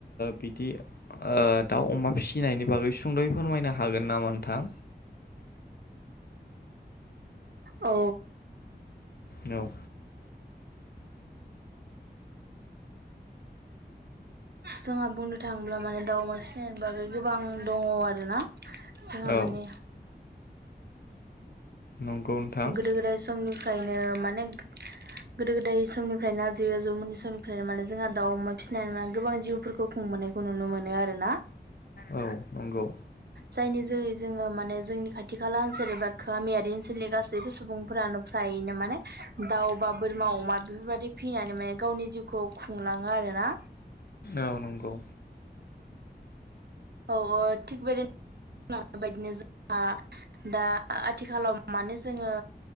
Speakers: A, on the left; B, on the right.
A: बिदि दाउ अमा फिसिनायनि बागै सुं दै फोरमायनो हागोन नामा नोंथां?
B: औ
A: औ
B: जोंहा बुंनो थाङोब्ला माने दाउमा सिनायनायनि बागै गोबां दङ आरो ना। जोङो
A: औ
B: माने
A: नंगौ नोंथां
B: गोदो गोदाय समनिफ्रायनो माने गोदो गोदाय समनिफ्रायनो जो जौमोननि समनिफ्रायनो माने जोंहा दाउ अमा फिसिनायनानै माने गोबां जिउफोरखौ खुंबोनायखौ नुनो मोनो आरोना।
A: औ नंगौ
B: जायनि जोहै जोङो माने जोंनि खाथि खाला ओनसोल एबा गामियारि ओनसोलनि गा सैबो सुबुंफोरानो फ्रायैनो माने दाउ बा बोरमा अमा बेफोरबायदि फिनानै माने गावनि जिउ खौ खुंलाङो आरो ना।
A: औ नंगौ
B: औ औ थिग बेदिनो नाय <unintelligible> बायदिनो जोंहा दा आथिखालाव माने जोङो